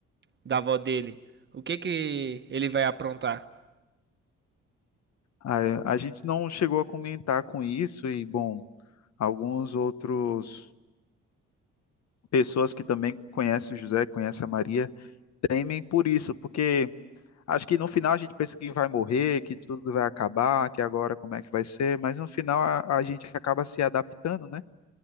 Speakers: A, on the right (about 35°); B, on the left (about 60°).
A: da avó dele, o que que ele vai aprontar?
B: A, a gente não chegou a comentar com isso e bom Alguns outros pessoas que também conhecem o José, conhecem a Maria, temem por isso, porque acho que no final a gente pensa que vai morrer, que tudo vai acabar, que agora como é que vai ser, mas no final a, a gente acaba se adaptando, né?